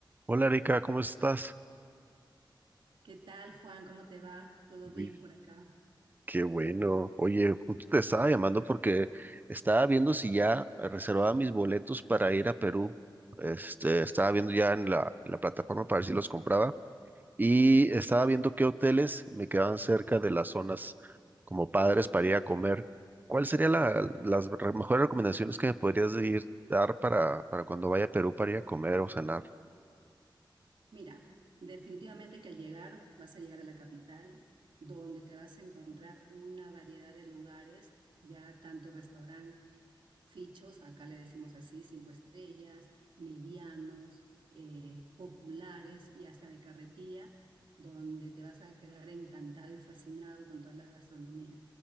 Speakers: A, on the right; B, on the right.
A: Hola Erika, ¿cómo estás?
B: ¿Qué tal, Juan? ¿Cómo te va? ¿Todo
A: Uy,
B: bien por acá?
A: qué bueno. Oye, justo te estaba llamando porque estaba viendo si ya reservaba mis boletos para ir a Perú. Este, estaba viendo ya en la, en la plataforma para ver si los compraba y estaba viendo qué hoteles me quedaban cerca de las zonas como padres para ir a comer. ¿Cuál sería la, las re- mejores recomendaciones que me podrías ir- dar para, para cuando vaya a Perú para ir a comer o cenar?
B: Mira, definitivamente que al llegar vas a llegar a la capital, donde te vas a encontrar una variedad de lugares, ya tanto restaurante fichos, acá le decimos así, cinco estrellas, medianos, eh, populares y hasta de carretilla, donde te vas a quedar encantado y fascinado con toda la gastronomía.